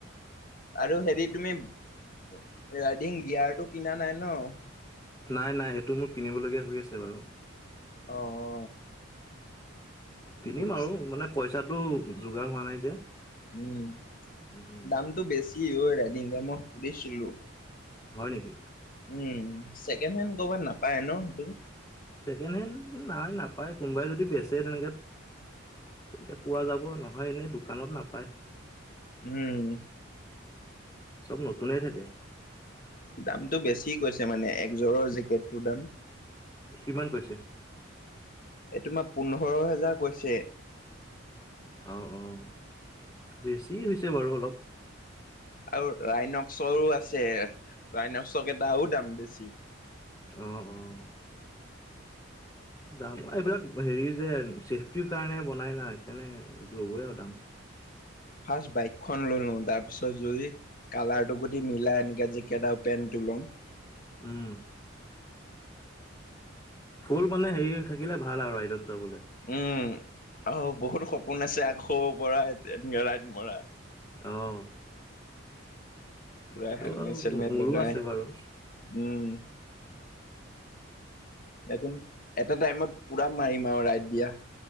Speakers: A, on the left (about 45°); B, on the left (about 20°).
A: আৰু হেৰি তুমি ৰাইডিং গিয়াৰ টো কিনা নাই ন'?
B: নাই- নাই সেইটো মোৰ কিনিবলগীয়া হৈ আছে বাৰু।
A: অঁ।
B: কিনিম
A: বুজ
B: আৰু মানে পইচাটো যোগাৰ হোৱা নাই যে।
A: উম
B: উম
A: দামটো বেছি হয় ৰাইডিংকে মই সুধিছিলো।
B: হয় নেকি।
A: উম চেকেণ্ড হেণ্ কৰ'বাত নাপায় ন সেইটো?
B: ছেকেণ্ড হেণ্ড নাই নাপায় কোনোবাই যদি বেচে তেনেকে তেতিয়া পোৱা যাব নহয় এনে দোকানত নাপায়।
A: উম।
B: চব নতুনে থাকে।
A: দামটো বেছি কৈছে মানে একযোৰৰ জেকেটটোৰ দাম।
B: কিমান কৈছে
A: এই তোমাৰ পোন্ধৰ হেজাৰ কৈছে।
B: অঁ অঁ বেছি হৈছে বাৰু অলপ।
A: আৰু ৰাইনক্সৰো আছে ৰাইনক্সক এটাও দাম বেছি।
B: অঁ অঁ। দাম এইবিলাক হেৰি যে চছেফটিৰ কাৰণে বনাই না সেইকাৰণে ল'বই আৰু দাম।
A: ফাৰ্ষট বাইকখন লৈ লওঁ তাৰপিছত যদি কালাৰটো গোট মিলাই এনে যিকেইটা পেণ্টো ল'ম।
B: উম। ফুল মানে হেৰি থাকিলে ভাল আৰু ৰাইডত যাবলে।
A: উম আৰু বহুত সপোন আছে আকৌ পৰা ৰাইড মৰা।
B: অহ।
A: পুৰা
B: এইটো
A: হেলমেট চেলমেট
B: মোৰো
A: লগাই
B: আছে বাৰু-
A: উম, একো নাই এটা টাইমত পুৰা মাৰিম আৰু ৰাইত দিয়া।